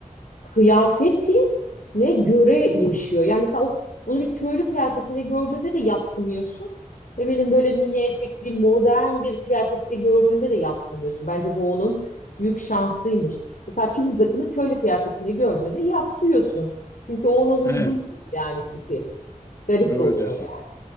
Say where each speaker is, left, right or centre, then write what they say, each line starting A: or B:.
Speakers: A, on the left (about 70°); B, on the left (about 20°).
A: kıyafetine göre yaşıyor. Yani mesela o, onu bir köylü kıyafetine gördüğünde de yadsımıyorsun. Ve benim böyle mini etekli modern bir kıyafette gördüğünde de yadsımıyorsun. Bence bu onun büyük şansıymış. Mesela Filiz Akın'ı köylü kıyafetinde gördüğünde yadsıyorsun. Çünkü ona uygun
B: evet,
A: değil yani tipi. Garip
B: doğru
A: de oluyor
B: diyorsun.
A: yani.